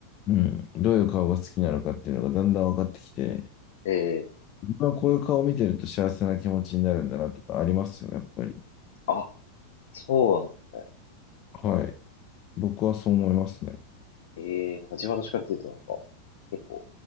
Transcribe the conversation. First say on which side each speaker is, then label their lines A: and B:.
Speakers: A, on the left; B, on the left.
A: うん、どういう顔が好きなのかっていうのがだんだん分かってきて、
B: え、
A: まあこういう顔を見てると幸せな気持ちになるんだなとかありますよ、やっぱり。
B: あ、そうなんですね。
A: はい。僕はそう思いますね。
B: ええなんか自分はどっちかっていうとなんか、結構、